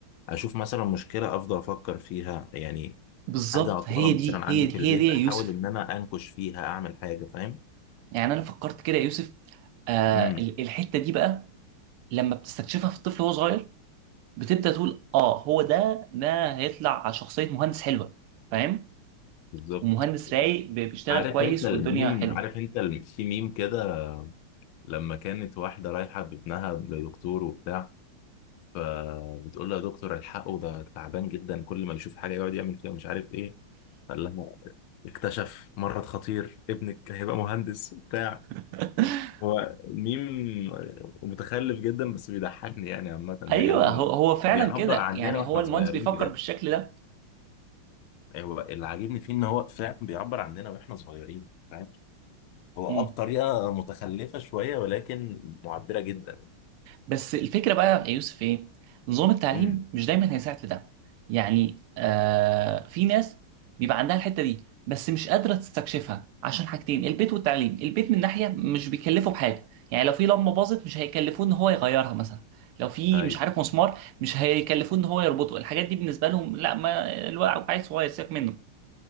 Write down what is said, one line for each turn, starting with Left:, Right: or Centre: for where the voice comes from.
Left: اشوف مثلا مشكله افضل افكر فيها يعني
Right: بالظبط
Left: حاجه عطلانه
Right: هي دي
Left: مثلا
Right: هي
Left: عندي
Right: دي
Left: في
Right: هي
Left: البيت
Right: دي يا
Left: احاول
Right: يوسف
Left: ان انا انكش فيها اعمل حاجه فاهم
Right: يعني انا فكرت كده يا يوسف آه
Left: امم
Right: ال- الحته دي بقى لما بتستكشفها في الطفل وهو صغير بتبدا تقول اه هو ده ده هيطلع شخصيه مهندس حلوه فاهم
Left: بالظبط
Right: ومهندس رايق بيشتغل
Left: عارف
Right: كويس
Left: انت الميم
Right: والدنيا حلوه
Left: عارف انت الم- في ميم كده لما كانت واحدة رايحة بابنها لدكتور وبتاع فبتقول له يا دكتور الحقه ده تعبان جدا كل ما يشوف حاجة يقعد يعمل فيها مش عارف ايه قال لها اكتشف مرض خطير ابنك هيبقى مهندس وبتاع
Right: <laughs>
Left: هو ميم متخلف جدا بس بيضحكني يعني عامة لأنه
Right: ايوه هو هو فعلا
Left: بيعبر
Right: كده
Left: عننا
Right: يعني
Left: واحنا
Right: هو المهندس
Left: صغيرين
Right: بيفكر
Left: بجد
Right: بالشكل ده
Left: هو اللي عاجبني فيه ان هو فعلا بيعبر عننا واحنا صغيرين فاهم هو اه
Right: مم.
Left: بطريقة متخلفة شوية ولكن معبرة جدا
Right: بس الفكره بقى يا يوسف ايه نظام التعليم
Left: امم
Right: مش دايما هيساعد في ده يعني آه في ناس بيبقى عندها الحته دي بس مش قادره تستكشفها عشان حاجتين البيت والتعليم البيت من ناحيه مش بيكلفه بحاجه يعني لو في لمبه باظت مش هيكلفوه ان هو يغيرها مثلا لو في
Left: ايوه
Right: مش عارف مسمار مش هيكلفوه ان هو يربطه الحاجات دي بالنسبه لهم لا ما الواحد عيل صغير سيبك منه